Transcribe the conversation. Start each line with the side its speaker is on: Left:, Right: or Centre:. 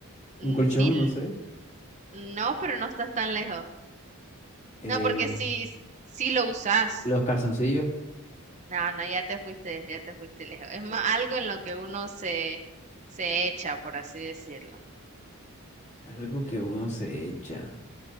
Right: ni...
Left: Un colchón,
Right: l-
Left: no sé.
Right: No, pero no estás tan lejos.
Left: eh,
Right: No, porque si, si lo usas.
Left: los calzoncillos.
Right: No, no, ya te fuiste, ya te fuiste lejos. Es más, algo en lo que uno se, se echa, por así decirlo.
Left: Algo que uno se echa.